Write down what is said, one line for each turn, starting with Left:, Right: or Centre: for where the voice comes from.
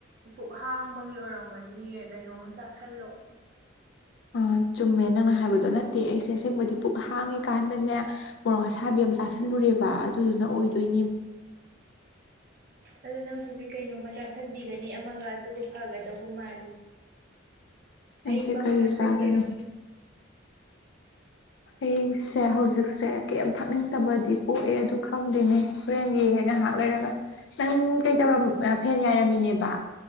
Right: ꯄꯨꯛ ꯍꯥꯡꯕꯒꯤ ꯑꯣꯏꯔꯝꯒꯅꯤꯌꯦ ꯀꯩꯅꯣꯝꯃ ꯆꯥꯁꯤꯜꯂꯣ
Left: ꯑ ꯆꯨꯝꯃꯦ ꯅꯪꯅ ꯍꯥꯏꯕꯗꯣ ꯑꯗꯨ ꯅꯠꯇꯦ ꯑꯩꯁꯦ ꯑꯁꯦꯡꯕꯗꯤ ꯄꯨꯛ ꯍꯥꯡꯉꯤ ꯀꯥꯟꯗꯅꯦ ꯃꯣꯔꯣꯛ ꯑꯁꯥꯕꯤ ꯑꯃ ꯆꯥꯥꯁꯜꯂꯨꯔꯦꯕ ꯑꯗꯨꯗꯨꯅ ꯑꯣꯏꯗꯣꯏꯅꯦ
Right: ꯑꯗꯨ ꯅꯪ ꯍꯧꯖꯤꯛ ꯀꯩꯅꯣ ꯃꯆꯥ ꯁꯟꯕꯤꯒꯅꯤ ꯑꯃꯒ ꯑꯗꯨꯒ ꯐꯒꯗꯧꯕ ꯃꯥꯜꯂꯤ ꯑꯏꯤꯡꯕ
Left: ꯑꯩꯁꯦ
Right: ꯑꯃ
Left: ꯀꯔꯤ
Right: ꯊꯛꯆꯟꯒꯦꯔꯣ
Left: ꯆꯥꯒꯅꯤ ꯑꯩꯁꯦ ꯍꯧꯖꯤꯛꯁꯦ ꯀꯩ ꯊꯛꯅꯤꯡꯗꯕꯗꯤ ꯄꯣꯛꯑꯦ ꯑꯗꯨ ꯈꯪꯗꯣꯏꯅꯦ ꯐ꯭ꯔꯦꯟ ꯌꯦꯡꯉ ꯉꯥꯏꯍꯥꯛ ꯂꯩꯔꯒ ꯅꯪ ꯀꯩꯧꯔ ꯐꯦꯟ ꯌꯥꯏꯔꯝꯃꯤꯅꯦꯕ